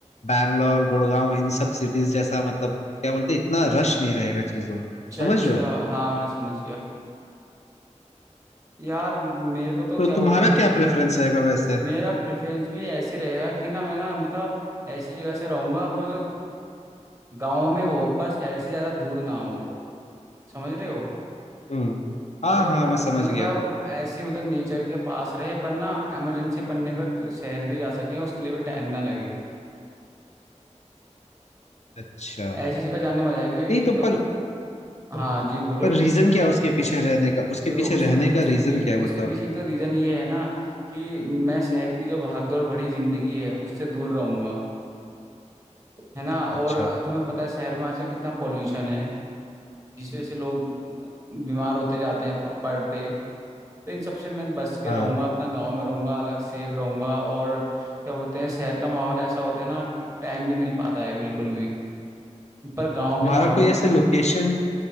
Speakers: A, on the left (about 65°); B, on the right (about 25°).
A: बैंगलोर गुड़गांव इन सब सिटीज जैसा मतलब क्या बोलते हैं इतना रश नहीं रहेगा चीजों में
B: अच्छा
A: समझ
B: अच्छा
A: रहे हो
B: हाँ मैं समझ गया यार मेरे को तो
A: तो
B: क्या बोलते
A: तुम्हारा
B: हैं
A: क्या प्रेफरेंस रहेगा वैसे
B: मेरा प्रेफरेंस भी ऐसे रहेगा कि ना मैं ना मतलब ऐसी जगह से रहूंगा पर जो गांव में हो पर शहर से ज्यादा दूर ना हो समझ रहे हो
A: हम्म हाँ
B: मतलब
A: हाँ मैं समझ
B: मतलब
A: गया
B: ऐसी मतलब नेचर के पास रहे पर ना इमरजेंसी पड़ने पर ग- शहर भी जा सके उसके लिए भी टाइम ना लगे
A: अच्छा
B: ऐसी जगह जाने में मजा आएगी क्योंकि
A: नहीं
B: एक
A: तो
B: तो
A: पर
B: हाँ जी बोलो
A: पर रीजन क्या है उसके पीछे रहने का उसके
B: देखो
A: पीछे
B: उसके
A: रहने
B: उसके
A: का रीजन
B: पीछे
A: क्या
B: उसके
A: है मतलब
B: पीछे एक तो रीजन ये है ना कि मैं शहर की जो भागदौड़ भरी जिंदगी है उससे दूर रहूंगा है ना और
A: अच्छा
B: तुम्हें पता है शहर में आजकल कितना पॉल्यूशन है जिस वजह से लोग बीमार होते जाते हैं पर डे तो इन सबसे मैं बच के
A: हाँ
B: रहूंगा अपना गांव में रहूंगा अलग सेफ रहूंगा और क्या बोलते हैं शहर का माहौल ऐसा होता है ना कि टाइम नहीं मिल पाता है बिल्कुल भी पर गांव के
A: तुम्हारा
B: माहौल
A: कोई
B: में
A: ऐसे लोकेशन